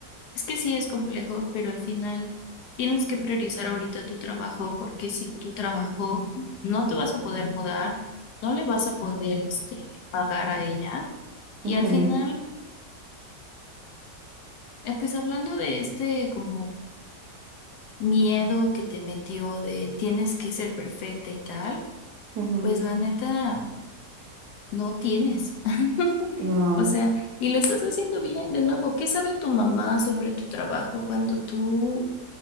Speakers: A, on the left; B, on the right.
A: es que sí es complejo, pero al final tienes que priorizar ahorita tu trabajo, porque si tu trabajo no te vas a poder mudar, no le vas a poder, este, pagar a ella, y
B: ujú,
A: al final... Eh, Pues hablando de este como miedo que te metió de tienes que ser perfecta y tal,
B: ujú,
A: pues la neta no tienes. <laughs>
B: no,
A: O sea, y lo estás haciendo bien de nuevo. ¿Qué sabe tu mamá sobre tu trabajo cuando tú